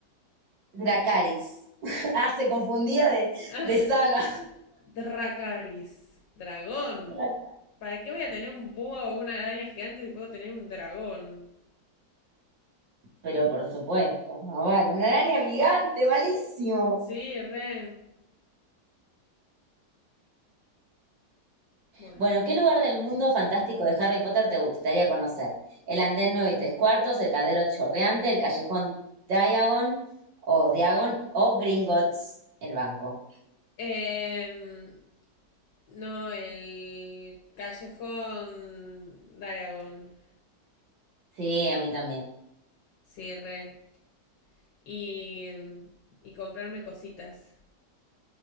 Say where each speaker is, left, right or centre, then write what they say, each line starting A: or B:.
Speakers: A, on the right; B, on the left.
A: Dracaris. <laughs> ah, se confundía de,
B: Ah,
A: de saga.
B: Dracaris. Dragón.
A: <laughs>
B: ¿Para qué voy a tener un búho o una araña gigante si puedo tener un dragón?
A: Pero por supuesto, ah, vale, una araña gigante, malísimo.
B: Sí, re. Bueno.
A: Bueno, ¿qué lugar del mundo fantástico de Harry Potter te gustaría conocer? El andén 9 y 3 cuartos, el cadero chorreante, el callejón Diagon o Diagon o Gringotts, el banco.
B: Em, no, el callejón Diagon.
A: Sí, a mí también,
B: Sí, re. Y, y comprarme cositas.